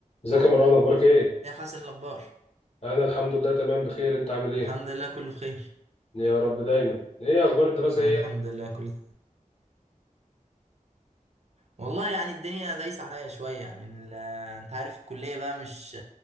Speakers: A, on the left; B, on the right.
A: ازيك يا مروان اخبارك ايه
B: يا حسن إيه الأخبار
A: انا الحمد لله تمام بخير انت عامل ايه
B: الحمد لله كله بخير
A: يا رب دايما ايه اخبار الدراسه
B: الحمد
A: ايه يا ابني؟
B: لله كله والله يعني الدنيا دايسة عليا شوية يعني ال- انت عارف الكلية بقى مش